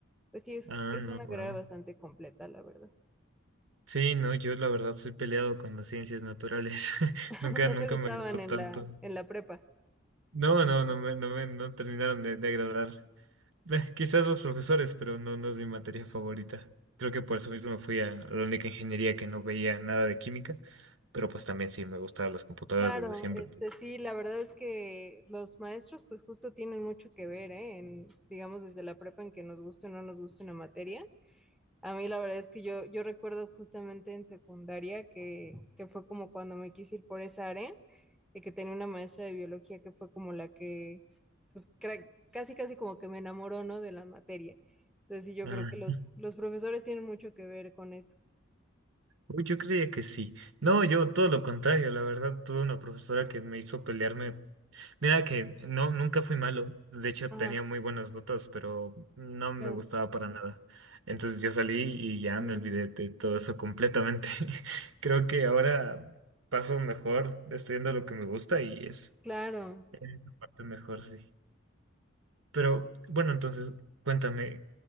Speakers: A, in the centre; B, on the right (about 75°).
A: Pues sí, es,
B: Ah,
A: es
B: no,
A: una
B: wow.
A: carrera bastante completa, la verdad.
B: Sí, no, yo la verdad soy peleado con las ciencias naturales. <laughs>
A: <laughs>
B: Nunca,
A: ¿No
B: nunca
A: te gustaban
B: me agradó
A: en
B: tanto.
A: la, en la prepa?
B: No, no, no me, no me no terminaron de, de agradar. Eh, Quizás los profesores, pero no, no es mi materia favorita. Creo que por eso mismo me fui a a la única ingeniería que no veía nada de química, pero pues también sí me gustaban las computadoras
A: Claro,
B: desde siempre.
A: este
B: entonces-
A: sí, la verdad es que los maestros pues justo tienen mucho que ver, ¿eh? En, digamos desde la prepa en que nos guste o no nos guste una materia. A mí la verdad es que yo, yo recuerdo justamente en secundaria que, que fue como cuando me quise ir por esa área y que tenía una maestra de biología que fue como la que pues cra- casi casi como que me enamoró, ¿no? De la materia. Entonces sí, yo
B: Ah,
A: creo que los,
B: <laughs>
A: los profesores tienen mucho que ver con eso.
B: uy, yo creía que sí. No, yo todo lo contrario, la verdad, tuve una profesora que me hizo pelearme Mira que no, nunca fui malo. De hecho,
A: Ajá,
B: tenía muy buenas notas, pero no me
A: claro.
B: gustaba para nada. Entonces yo salí y ya
A: Ujú,
B: me olvidé de todo eso completamente. <laughs> Creo que ahora paso mejor estudiando lo que me gusta y es
A: Claro.
B: en esa parte mejor, sí. Pero bueno, entonces cuéntame,